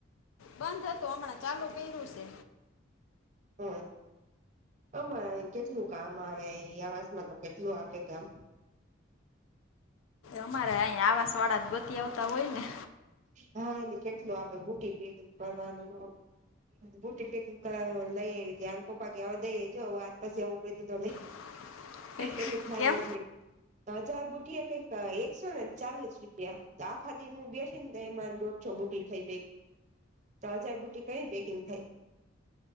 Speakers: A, on the left; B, on the right.
A: બંધ હતું હમણાં ચાલુ કર્યું છે.
B: હ અમાં કેટલું કામ આવે આવાસમાં તો કેટલું આપે કામ
A: અમારે અહીં આવાસ વાળા જ ગતી આવતા હોય ને
B: હા એટલે કેટલું આપે બુટી પેકંગ કરવાનું બુટી પેંગ લઈ આવી અને પપા કેવા દઈ હ આ પાછ એવું દીધું લઈ.
A: <inaudible>
B: એનું થાય
A: કેમ
B: એમ. હજાર બુટિયા કઈક એકસો ને ચાલીસ રૂપિયા આ ખાતે. હું બેઠી ને એમાં દોઢ છો બુટી થઈ પે તો હજાર બુટી કઈ પેકિંગ થાય.